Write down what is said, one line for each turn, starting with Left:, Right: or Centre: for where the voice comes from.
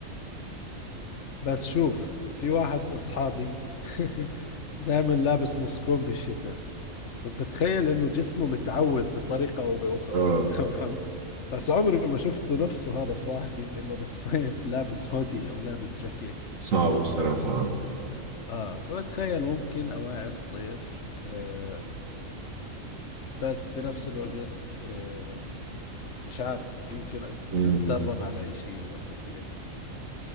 Left: بس شوف في واحد من أصحابي <laughs> دائما لابس نص كم بالشتاء فبتخيل إنه جسمه متعود بطريقة أو بأخرى
Right: اه
Left: <laughs> تمام بس عمري ما شفته نفسه هذا صاحبي إنه بالصيف لابس هودي أو لابس جاكيت
Right: صعبة بصراحة
Left: اه فبتخيل ممكن اواعي الصيف آه بس بنفس الوقت آه مش عارف يمكن أت-
Right: مم.
Left: اتدرب على اي شيء او شيء هيك